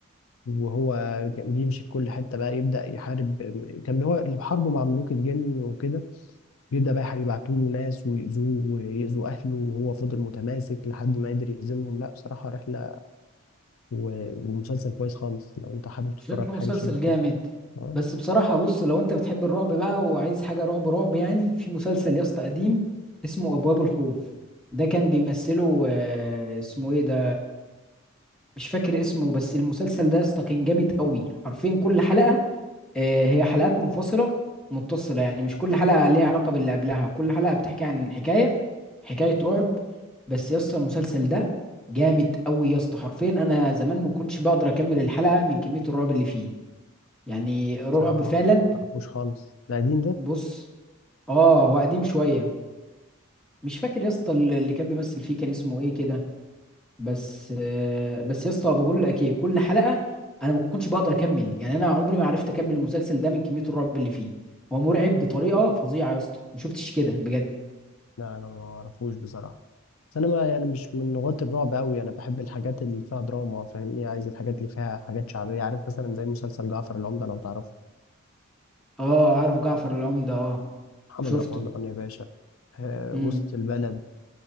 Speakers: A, on the left; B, in the centre.
A: وهو كان بيمشي في كل حتة بقى يبدأ يحارب كان هو اللي بحاربه مع ملوك الجن وكده بيبدأ بقى يبعتوا له ناس ويأذوه ويأذوا أهله وهو فضل متماسك لحد ما قدر يهزمهم لا بصراحة رحلة و- ومسلسل كويس خالص لو أنت حابب تتفرج
B: شكله
A: على
B: مسلسل
A: حاجة شبه كده
B: جامد
A: أه
B: بس بصراحة بص لو انت بتحب الرعب بقى وعايز حاجة رعب رعب يعني في مسلسل يا اسطى قديم اسمه أبواب الخوف ده كان بيمثله آه، اسمه ايه ده مش فاكر اسمه بس المسلسل ده يا اسطى كان جامد قوي حرفيا كل حلقة آه، هي حلقات منفصلة متصلة يعني مش كل حلقة ليها علاقة باللي قبلها كل حلقة بتحكي عن حكاية حكاية رعب بس يا اسطى المسلسل ده جامد قوي يا اسطى حرفيا انا زمان ما كنتش بقدر اكمل الحلقة من كمية الرعب اللي فيه يعني رعب
A: بصراحة
B: فعلا
A: مش معرفوش خالص ده قديم ده؟
B: بص اه هو قديم شويه مش فاكر يا اسطى ال- اللي كان بيمثل فيه كان اسمه ايه كده بس آه بس يا اسطى بقول لك ايه كل حلقه انا ما كنتش بقدر اكمل يعني انا عمري ما عرفت اكمل المسلسل ده من كميه الرعب اللي فيه هو مرعب بطريقه فظيعه يا اسطى ما شفتش كده بجد
A: لا أنا ما أعرفوش بصراحة بس أنا ما يعني مش من غواة الرعب أوي أنا بحب الحاجات اللي فيها دراما فاهمني عايز الحاجات اللي فيها حاجات شعبية عارف مثلا زي مسلسل جعفر العمدة لو تعرفه
B: اه اعرف جعفر العمده اه
A: محمد
B: شفته
A: رمضان يا باشا آه
B: امم
A: وسط البلد